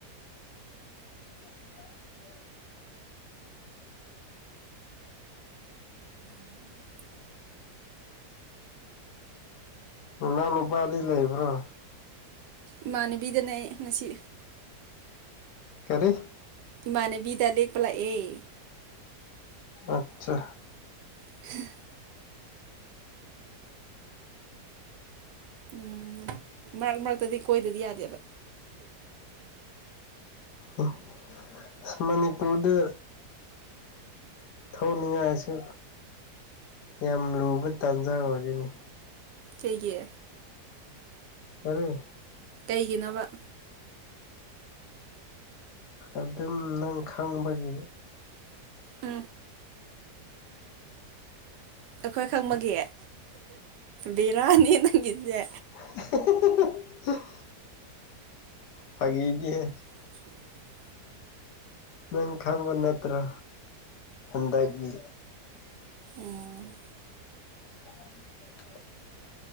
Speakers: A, on the left; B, on the right.
A: <inaudible>
B: <inaudible>
A: ꯏꯅꯥꯎ ꯅꯨꯄꯥꯗꯤ ꯂꯩꯕ꯭ꯔꯣ
B: ꯏꯃꯥꯟꯅꯕꯤꯗꯅꯦ ꯑꯩ ꯉꯁꯤ
A: ꯀꯔꯤ
B: ꯏꯃꯥꯅꯕꯤꯗ ꯂꯦꯛꯄ ꯂꯥꯛꯑꯦ
A: ꯑꯠꯆꯥ
B: <inaudible> ꯎꯝ ꯃꯔꯛ ꯃꯔꯛꯇꯗꯤ ꯀꯣꯏꯗꯗꯤ ꯌꯥꯗꯦꯕ
A: ꯍ ꯃꯅꯤꯄꯨꯔꯗ ꯊꯣꯛꯅꯤꯡꯉꯥꯏꯁꯨ ꯌꯥꯝ ꯂꯨꯕ ꯇꯥꯟꯖꯥ ꯑꯣꯏꯔꯦꯅꯤ
B: ꯀꯩꯒꯤ
A: <inaudible>
B: ꯀꯩꯒꯤꯅꯣꯕ
A: ꯑꯗꯨꯝ ꯅꯪ ꯈꯪꯕꯒꯤ
B: ꯑ ꯑꯩꯈꯣꯏ ꯈꯪꯕꯒꯤ ꯕꯤꯔꯥꯅꯤ ꯅꯪꯒꯤꯁꯤꯗꯤ
A: <unintelligible> ꯐꯥꯒꯤꯗꯤꯍꯦ
B: <unintelligible>
A: ꯅꯪ ꯈꯪꯕ ꯅꯠꯇ꯭ꯔꯣ ꯍꯟꯗꯛꯒꯤ
B: ꯎꯝ
A: <unintelligible>